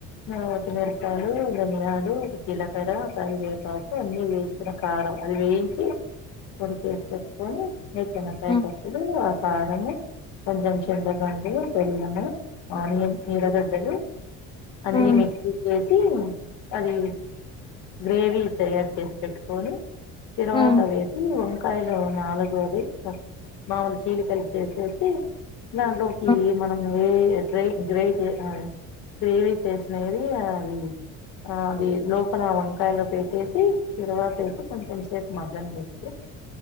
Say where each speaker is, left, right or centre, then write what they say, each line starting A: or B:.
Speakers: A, on the left; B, on the left.
A: వట్టి మిరపకాయలు ధనియాలు జీలకర్ర కరివేపాకు అన్ని వేయించిన కారం అది వేయించి పొడిచేసి పెట్టుకొని వేరుశెనగకాయ
B: ఉమ్,
A: పప్పులు ఆ కారము కొంచెం చింతగాండి బెల్లము ఆనియన్ నీడగడ్డలు అన్ని
B: ఉమ్,
A: మిక్సకి అది గ్రేవీ తయారు చేసి పెట్టుకొని తిరువత
B: ఉమ్,
A: వేసి కాయలు నాలుగైదు మామూలు చీలికలి చేసేసి దాంట్లోకి
B: ఉమ్,
A: మనము <unintelligible> గ్రేవీ చేసినది అది ఆ అది లోపల వంకాయలో పెట్టేసి తిరువత వేసి కొంచెం సేపు మగ్గన పెట్టి